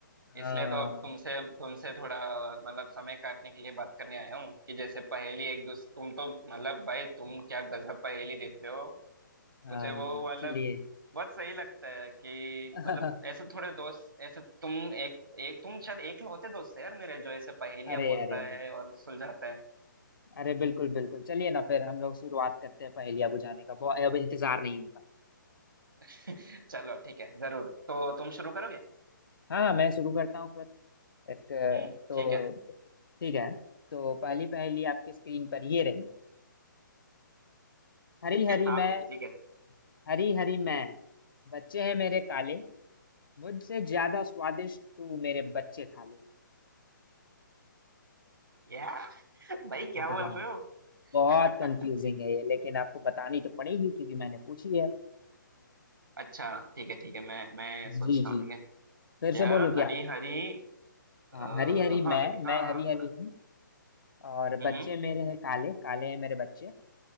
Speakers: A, on the left; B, on the right.
A: हाँ
B: इसलिए तो अब तुमसे तुमसे थोड़ा मतलब समय काटने के लिए बात करने आया हूँ कि जैसे पहेली एक दूसरे तुम तो मतलब भाई तुम क्या गजब पहेली देते हो
A: हाँ
B: मुझे वो मतलब
A: चलिए
B: बहुत सही लगता है कि
A: <laughs>
B: मतलब ऐसे थोड़े दोस्त ऐसे तुम एक, एक तुम शायद एकलौते दोस्त है यार मेरे जो ऐसे पहेलियाँ
A: अरे
B: बोलता
A: अरे
B: है और सुलझाता है
A: अरे बिल्कुल बिल्कुल चलिए ना फिर हम लोग शुरुआत करते हैं पहेलियाँ बुझाने का बहुत अब इंतजार नहीं होता
B: <laughs> चलो ठीक है जरूर तो तुम शुरू करोगे
A: हाँ हाँ मैं शुरू करता हूँ फिर एक
B: हम्म
A: तो
B: ठीक है
A: ठीक है तो पहली पहेली आपकी स्क्रीन पर ये रही हरी हरी
B: हाँ
A: मैं
B: भाई ठीक है
A: हरी हरी मैं बच्चे हैं मेरे काले मुझसे ज्यादा स्वादिष्ट तू मेरे बच्चे खा ले
B: या भाई क्या
A: हाँ
B: बोल रहे हो
A: बहुत
B: <laughs>
A: कंफ्यूजिंग है ये लेकिन आपको बतानी तो पड़ेगी क्योंकि मैंने पूछी है
B: अच्छा ठीक है ठीक है मैं मैं सोचता
A: जी जी
B: हूँ ठीक है
A: फिर
B: क्या
A: से बोलूं क्या
B: हरी हरी
A: हाँ
B: आ,
A: हरी हरी
B: हाँ
A: मैं
B: भाई
A: मैं
B: हाँ हाँ
A: हरी हरी
B: थोड़ा
A: हूँ और बच्चे
B: हम्म
A: मेरे हैं काले काले हैं मेरे बच्चे